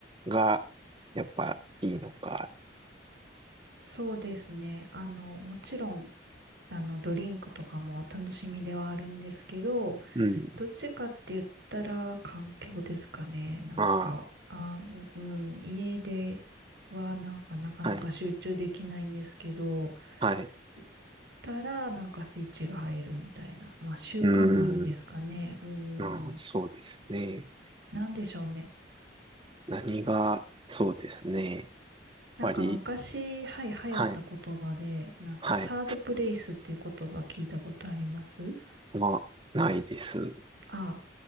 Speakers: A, on the right (about 25°); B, on the right (about 65°).
A: がやっぱいいのか。
B: そうですね。あの、もちろん、あの、ドリンクとかもお楽しみではあるんですけど、
A: うん。
B: どっちかって言ったら環境ですかね。なんか、
A: あ
B: あうん、うん家ではなんかなかなか集中できないんですけど、
A: あ、はい、はい。
B: 行ったらなんかスイッチが入るみたいな、まあ習慣もあるんですかね。
A: うーん、
B: うん、
A: ああ、そうですね。
B: なんでしょうね。
A: 何が、そうですね。やっ
B: なんか昔、
A: ぱり、
B: はい、流行った言葉で、
A: はい、
B: なんかサードプレイスっていう言葉聞いたことあります
A: はい。まあ、ないです。
B: あ、